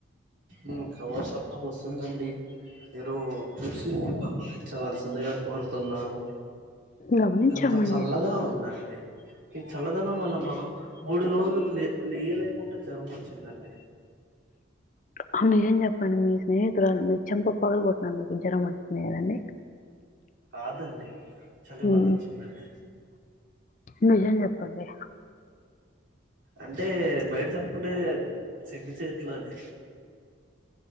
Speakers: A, on the right (about 75°); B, on the left (about 40°).
A: ఉ కవర్ సబ్దం వస్తుందండీ. మీరూ చూసీ వ్యవహరించవలసిందిగా కోరుతున్నాము.
B: గమనించామండి
A: ఎంత చల్లగా ఉందండీ. ఈ చల్లదనం వల్ల మాకు మూడు రోజులు లే లేయ లేకుండ జరం వచ్చిందండీ.
B: ఆ నిజం జెప్పండి మీ స్నేహితురాల్ మీ చెంప పగలగొట్టినందుకు జ్వరం వచ్చింది గదండీ.
A: కాదండీ చలి వళ్లొచ్చిందండీ.
B: ఉమ్, నిజం జెప్పండీ
A: అంటే బైట చెప్కుంటే సిగ్గు చేట్లు అని